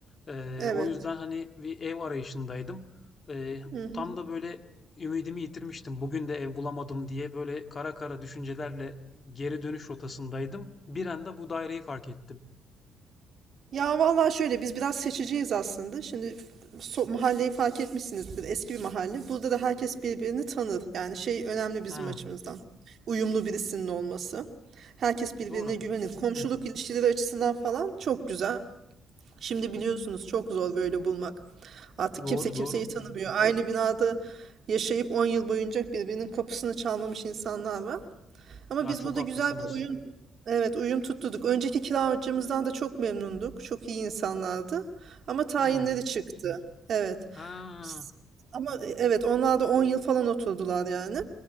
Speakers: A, on the left; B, on the right.
A: E,
B: Evet.
A: o yüzden hani bir ev arayışındaydım. E,
B: Hı hı.
A: tam da böyle ümidimi yitirmiştim. Bugün de ev bulamadım diye böyle kara kara düşüncelerle geri dönüş rotasındaydım. Bir anda bu daireyi fark ettim.
B: Ya vallahi şöyle biz biraz seçiciyiz aslında. Şimdi so- mahalleyi fark etmişsinizdir. Eski bir mahalle. Burada da herkes birbirini tanır. Yani şey önemli bizim
A: Hmm,
B: açımızdan. Uyumlu birisinin olması. Herkes birbirine
A: doğru.
B: güvenir. Komşuluk ilişkileri açısından falan çok güzel. Şimdi biliyorsunuz çok zor böyle bulmak. Artık
A: Doğru,
B: kimse kimseyi
A: doğru.
B: tanımıyor. Aynı binada yaşayıp 10 yıl boyunca birbirinin kapısını çalmamış insanlar var. Ama
A: Ya
B: biz
A: çok
B: burada
A: haklısınız.
B: güzel bir uyum, evet uyum tutturduk. Önceki kiracımızdan da çok memnunduk. Çok iyi insanlardı. Ama tayinleri
A: Hmm.
B: çıktı. Evet.
A: Ha,
B: S- Ama evet onlar da 10 yıl falan oturdular yani.